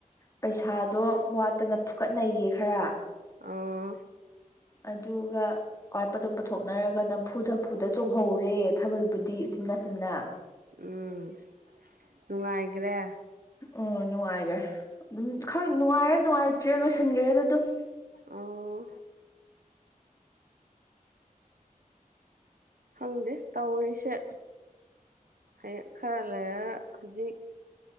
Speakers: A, on the left; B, on the right.
A: ꯄꯩꯁꯥꯗꯣ ꯋꯥꯠꯇꯅ ꯐꯨꯀꯠꯅꯩꯌꯦ ꯈꯔ
B: ꯑꯥ
A: ꯑꯗꯨꯒ ꯑꯋꯥꯠꯄꯗꯣ ꯄꯨꯊꯣꯛꯅꯔꯒ ꯅꯝꯐꯨ ꯁꯥꯐꯨꯗ ꯆꯣꯡꯍꯧꯔꯦ ꯊꯥꯕꯜꯕꯨꯗꯤ ꯆꯤꯟ ꯅꯥꯆꯤꯟꯅ
B: ꯎꯝ ꯅꯨꯡꯉꯥꯏꯒ꯭ꯔꯦ
A: ꯑꯣ ꯅꯨꯡꯉꯥꯏꯒ꯭ꯔꯦ ꯑꯗꯨꯝ ꯈꯪ ꯅꯨꯡꯉꯥꯏꯔ ꯅꯨꯡꯉꯥꯏꯇ꯭ꯔꯤꯔ ꯂꯣꯏꯁꯤꯟꯈꯒ꯭ꯔꯦꯗ ꯑꯗꯨꯝ
B: ꯑꯣ ꯈꯪꯗꯦ ꯇꯧꯔꯤꯁꯦ ꯍꯌꯦ ꯈꯔ ꯂꯩꯔ ꯍꯧꯖꯤꯛ